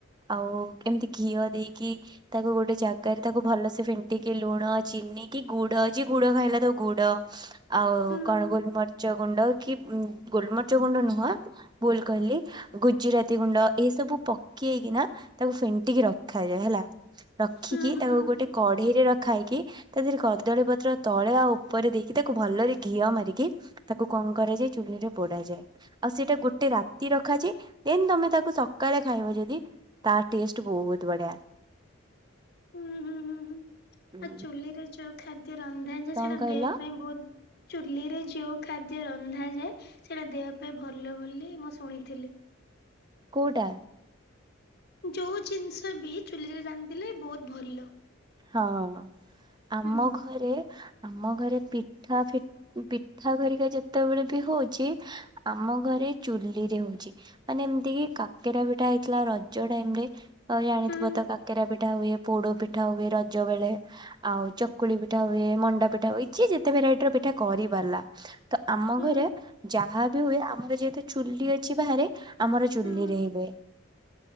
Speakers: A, on the right (about 20°); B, on the left (about 50°).
A: ଆଉ ଏମିତି ଘିଅ ଦେଇକି ତାକୁ ଗୋଟେ ଜାଗାରେ ତାକୁ ଭଲସେ ଫେଣ୍ଟିକି ଲୁଣ, ଚିନି, କିି ଗୁଡ ଅଛି ଗୁଡ ଖାଇଲା ତାକୁ ଗୁଡ ଆଉ
B: ହଁ।
A: କ'ଣ ଗୋଲମରିଚ ଗୁଣ୍ଡ କି ଗୋଲମରିଚ ଗୁଣ୍ଡ ନୁହଁ ଭୁଲ କହିଲି ଗୁଜିରାତି ଗୁଣ୍ଡ ଏହି ସବୁ ପ କିଏକି ନା ତାକୁ ଫେଣ୍ଟିକି ରଖାଯାଏ ହେଲା। ରଖିକି
B: ହୁଁ ହୁଁ
A: ତାକୁ
B: ହୁଁ
A: ଗୋଟେ କଢେଇରେ ରଖା ହେଇକି ତା ଦେହରେ କଦଳୀ ପତ୍ର ତଳେ ଆଉ ଉପରେ ଦେଇକି ତାକୁ ଭଲରେ ଘିଅ ମାରିକି ତାକୁ କ'ଣ କରାଯାଏ ଚୁଲିରେ ପୋଡ଼ା ଯାଏ। ଆଉ ସେଇଟା ଗୋଟେ ରାତି ରଖାଯାଏ, ଦେନ ତମେ ତାକୁ ସକାଳେ ଖାଇବ ଯଦି ତା ଟେଷ୍ଟ ବହୁତ ବଢ଼ିଆ।
B: ହୁଁ, ହୁଁ, ହୁଁ, ହୁଁ,
A: ହୁଁ।
B: ଆଉ ଚୁଲିରେ ଯୋଉ ଖାଦ୍ୟ ରନ୍ଧା ଯାଏ
A: କଣ
B: ସେଇଟା
A: କହିଲ
B: ଦେହ ପାଇଁ ବହୁତ ଚୁଲିରେ ଯୋଉ ଖାଦ୍ୟ ରନ୍ଧାଯାଏ, ସେଇଟା ଦେହ ପାଇଁ ଭଲ ବୋଲି ମୁଁ ଶୁଣିଥିଲି।
A: କୋଉଟା?
B: ଯୋଉ ଜିନିଷ ବି ଚୁଲିରେ ରାନ୍ଧଥିଲେ ବହୁତ ଭଲ।
A: ହଁ, ଆମ
B: ହୁଁ
A: ଘରେ ଆମ ଘରେ ପିଠା ଫି ପିଠା ଘରିକା ଯେତେବେଳେ ବି ହଉଛି ଆମ ଘରେ ଚୁଲି ରେ ହଉଛି। ମାନେ ଏମିତି କି କାକେରା ପିଠା ହେଇଥିଲା ରଜ ଟାଇମ ରେ। ଆଉ ଜାଣିଥିବ
B: ହୁଁ
A: ତ କାକେରା ପିଠା ହୁଏ, ପୋଡ ପିଠା ହୁଏ ରଜ ବେଳେ। ଆଉ ଚକୁଳି ପିଠା ହୁଏ, ମଣ୍ଡା ପିଠା ହୁଏ, ଯିଏ ଯେତେ ଭେରାଇଟି ର ପିଠା କରି ପାରିଲା। ତ ଆମ
B: ହୁଁ
A: ଘରେ ଯାହା ବି ହୁଏ, ଆମର ଯେହେତୁ ଚୁଲି ଅଛି ବାହାରେ ଆମର ଚୁଲିରେ
B: ହୁଁ
A: ହୁଏ।